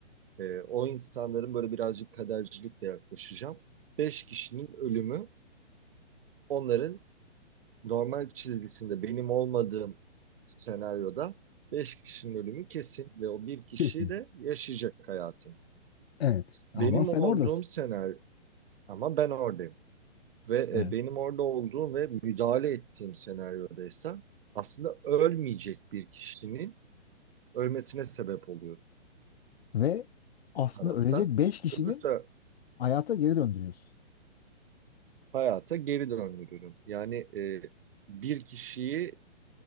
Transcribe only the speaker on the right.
e, o insanların böyle birazcık kadercilikle yaklaşacağım. Beş kişinin ölümü Onların normal çizgisinde benim olmadığım senaryoda 5 kişinin ölümü kesin ve o bir kişi
de yaşayacak hayatını.
Benim
olduğum
senaryo ama ben oradayım ve
e, benim orada olduğum ve müdahale ettiğim senaryodaysa aslında ölmeyecek bir kişinin ölmesine sebep oluyor
bu tarafta.
Öbür taraf
hayata geri döndürüyorum. Yani e, bir kişiyi